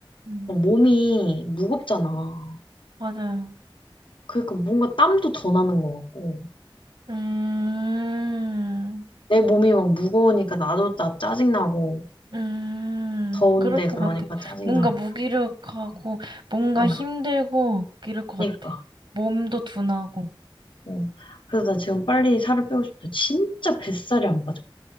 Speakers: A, on the right; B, on the left.
A: 음.
B: 몸이 무겁잖아.
A: 맞아요.
B: 그러니까 뭔가 땀도 더 나는 것 같고,
A: 음.
B: 내 몸이 막 무거우니까 나도 나 짜증나고,
A: 음,
B: 더운데
A: 그럴 것
B: 그러니까
A: 같아.
B: 짜증나고,
A: 뭔가 무기력하고, 뭔가
B: 어,
A: 힘들고, 이럴 것
B: 그러니까.
A: 같아. 몸도 둔하고.
B: 어. 그래서 나 지금 빨리 살을 빼고 싶다. 진짜 뱃살이 안 빠져.